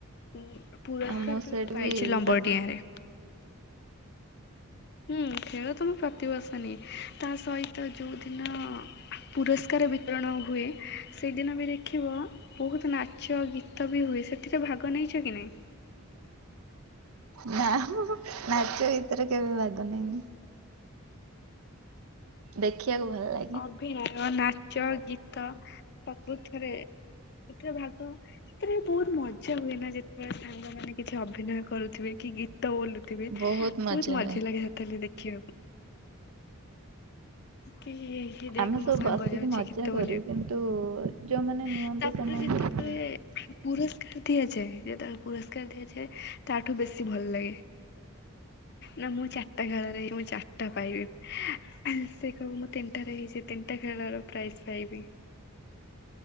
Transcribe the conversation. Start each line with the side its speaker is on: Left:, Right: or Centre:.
Left: ଉଁ ପୁରସ୍କାର
Right: ଆଉ
Left: ବି
Right: ସେଇଠି
Left: ମୁଁ ପାଇଛି ଲମ୍ବଡିଆରେ।
Right: ପ୍ର
Left: ହୁଁ ଖେଳ ତ ମୁଁ ପ୍ରତିବର୍ଷ ନିିଏ ତା ସହିତ ଯୋଉଦିନ ପୁରସ୍କାର ବିତରଣ ହୁଏ ସେଇଦିନ ବି ଦେଖିବ ବହୁତ ନାଚ ଗୀତ ବି ହୁଏ ସେଥିରେ ଭାଗ ନେଇଛ କି ନାହିଁ?
Right: ନା ହଁ ହଁ ନାଚ ଗୀତରେ କେବେ ଭାଗ ନେଇନି। ଦେଖିଆକୁ ଭଲ ଲା
Left: ଅଭିନୟ, ନାଚ, ଗୀତ ସବୁଥିରେ କୋଉଥିରେ ଭାଗ ଏତିରେ ବୋହୁତ ମଜା ହୁଏ ନା ଯେତେବେଳେ ସାଙ୍ଗମାନେ କିଛି ଅଭିନୟ କରୁଥିବେ କି ଗୀତ ବୋଲୁ ଥିବେ ବୋହୁତ
Right: ବହୁତ
Left: ମଜା
Right: ହୁଏ।
Left: ଲାଗେ ସେତେବେଲେ ଦେଖିବାକୁ। କି ଏ ଦେଖ
Right: ଆମେ
Left: ମୋ
Right: ସବୁ
Left: ସାଙ୍ଗ
Right: ବସିକି
Left: ଯାଉଛି
Right: ମଜା
Left: ଗୀତ ବୋଲିବାକୁ
Right: କରୁ କିନ୍ତୁ ଯୋଉମାନେ
Left: ତା
Right: ନିଅନ୍ତି
Left: ପରେ
Right: ସେମାନେ
Left: ଯେତେବେଳେ
Right: ହୁଁ
Left: ପୁରସ୍କାର ଦିଆଯାଏ ଯେତେଏଳେ ପୁରସ୍କାର ଦିଆଯାଏ ତାଠୁ ବେଶୀ ଭଲ ଲାଗେ। ନା ମୁଁ ଚାରିଟା ଖେଳରେ ଇ ମୁଁ ଚାରିଟା ପାଇବି ସେ କ ମ ତିନିଟାରେ ହେଇଚି ତିନିଟା ଖେଳର ପ୍ରାଇଜ୍ ପାଇବି।